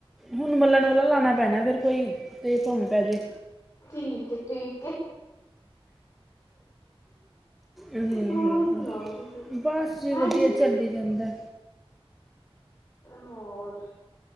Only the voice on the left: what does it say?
ਠੀਕ ਹੈ, ਠੀਕ ਹੈ।
ਹੋਰ ਸੁਣਾਓ, ਤੁਸੀਂ
ਹਾਂਜੀ?
ਹੋਰ?